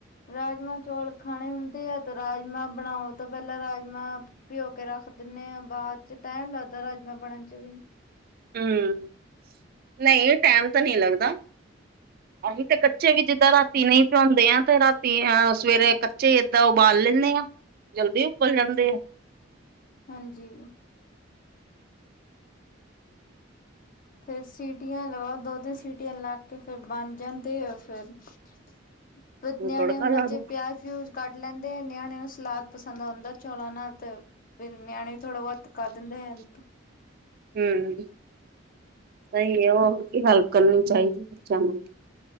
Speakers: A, on the left; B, on the right.
A: ਰਾਜਮਾਂ ਚੌਲ ਖਾਣੇ ਹੁੰਦੇ ਆ ਤੇ ਰਾਜਮਾਂ ਬਣਾਓ ਤਾਂ ਪਹਿਲਾਂ ਰਾਜਮਾਂ ਪਿਓ ਕੇ ਰੱਖ ਦਿੰਨੇ ਆ ਬਾਅਦ 'ਚ ਟੈਮ ਲੱਗਦਾ ਰਾਜਮਾਂ ਬਣਨ 'ਚ ਵੀ।
B: ਹੂੰ, ਨਹੀਂ ਟੈਮ ਤਾਂ ਨਹੀਂ ਲੱਗਦਾ।
A: <inaudible>
B: ਅਸੀਂ ਤੇ ਕੱਚੇ ਵੀ ਜਿੱਦਾਂ ਰਾਤੀ ਨਹੀਂ ਭਿਉੰਦੇ ਆ ਤੇ ਰਾਤੀ ਅਹ ਸਵੇਰੇ ਕੱਚੇ ਏਦਾਂ ਉਬਾਲ ਲੈਂਨੇ ਆ। ਜਲਦੀ ਉਬਲ ਜਾਂਦੇ ਆ।
A: ਹਾਂਜੀ। ਫਿਰ ਸੀਟੀਆਂ ਲਵਾ ਦੋ-ਤਿੰਨ ਸੀਟੀਆਂ ਲ ਫੇਰ ਬਣ ਜਾਂਦੇ ਆ ਫਿਰ। ਫਿਰ
B: ਉਹਨੂੰ
A: ਨਿਆਂਨੇ
B: ਤੜਕਾ
A: ਨੇ ਉਹਨਾਂ
B: ਲਾ
A: 'ਚ
B: ਦੋ
A: ਪਿਆਜ ਫਿਊਜ ਕੱਢ ਲੈਂਦੇ ਨਿਆਣੇਆਂ ਨੂੰ ਸਲਾਦ ਪਸੰਦ ਆਉਂਦਾ ਚੋਲਾਂ ਨਾਲ ਤੇ। ਫਿਰ ਨਿਆਣੇ ਵੀ ਥੋੜਾ ਬਹੁਤ ਕਰ ਦਿੰਦੇ ਹੈਲਪ।
B: ਹੂੰ, ਸਹੀ ਏ ਉਹ ਕੀ ਹੈਲਪ ਕਰਨੀ ਚਾਹੀਦੀ ਹੈ ਬੱਚਿਆਂ ਨੂੰ।